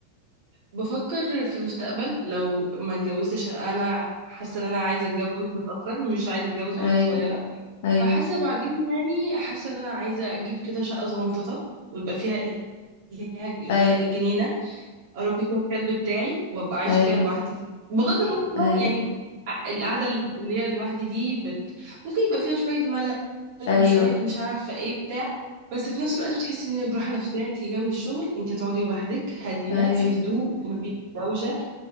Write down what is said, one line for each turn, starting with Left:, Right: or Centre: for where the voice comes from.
Right: بفكر في المستقبل لو ما اتجوزتش انا حاسه ان انا عايزه اتجوز متاخر مش عايزه اتجوز وانا
Left: ايوه
Right: صغيره
Left: ايوه
Right: فحاسه بعدين يعني حاسه ان انا عايزه اجيب كده شقه صغنططه ويبقى فيها ليها
Left: ايوه
Right: جنينه اربي فيها الكلب بتاعي وابقى عايشه
Left: ايوه
Right: فيها لوحدي بغض النظر
Left: ايوه
Right: يعني ع- القعده اللي هي لوحدي دي بت... ممكن يبقى فيها شويه ملل
Left: ايوه
Right: شويه مش عارفه ايه بتاع بس في نفس الوقت بتحسي ان براحه نفسيه انت جايه من الشغل انت هتقعدي لوحدك هاديه
Left: ايوه
Right: في هدوء مفيش دوشه